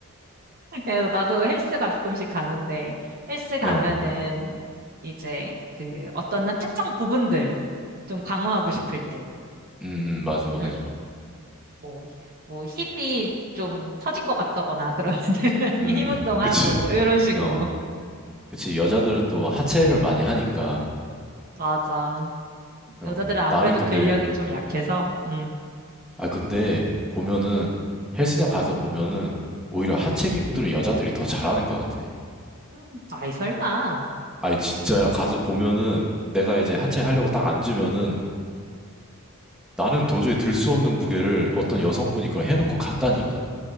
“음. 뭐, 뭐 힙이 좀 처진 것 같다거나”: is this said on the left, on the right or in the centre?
Right